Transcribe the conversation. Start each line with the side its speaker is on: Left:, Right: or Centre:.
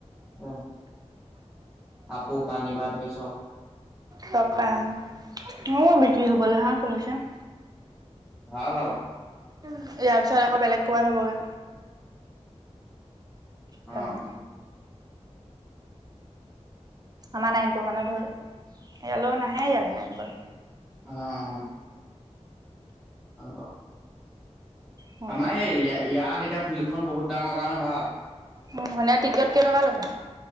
Centre: অ কাপোৰ কানি পা ধৰি চব।
Right: চপা অ বিক্ৰী হবলৈ হা খুলিছে।
Centre: ভাল আও।
Right: ইয়াৰ পিছত আকৌ বেলেগ ক'বাত হবগে। তেনেকে
Centre: অ অ।
Right: আমাৰ নাইটো মানে ধৰ ইয়ালো নাহে ইয়ালো নাই বল।
Centre: অহ্। আৰু ক।
Right: হয়
Centre: আমাৰ এই ইয়া ইয়াত এতিয়া ফিল্ডখন বহুত ডাঙৰ কাৰণে ভাল।
Right: উম মানে টিকেট কেইটকা লৈচা?